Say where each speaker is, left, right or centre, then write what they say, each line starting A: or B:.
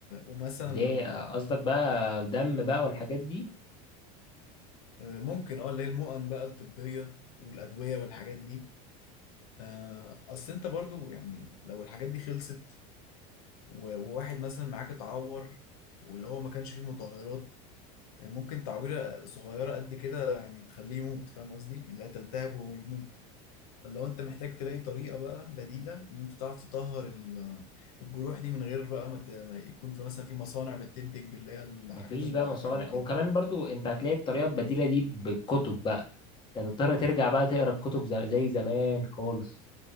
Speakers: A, on the left; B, on the left.
A: ومثلا
B: ليه
A: لو
B: قصدك بقى دم بقى والحاجات دي
A: آه، ممكن اه اللي هي المؤن بقى الطبية والأدوية والحاجات دي آه، أصل أنت برضو يعني لو الحاجات دي خلصت و- وواحد مثلا معاك اتعور واللي هو ما كانش فيه مطهرات آه، ممكن تعويرة صغيرة قد كده يعني تخليه يموت فاهم قصدي؟ لا تلتهب ويموت فلو أنت محتاج تلاقي طريقة بقى بديلة إن أنت تعرف تطهر ال- الجروح دي من غير بقى ما ت- ما يكون في مثلا في مصانع بتنتج اللي هي الحاجات
B: مفيش
A: المطهرة
B: بقى مصانع
A: وكده
B: وكمان برضو انت هتلاقي الطريقه البديله دي بالكتب بقى انت هتضطر ترجع بقى تقرا الكتب زي زي زمان خالص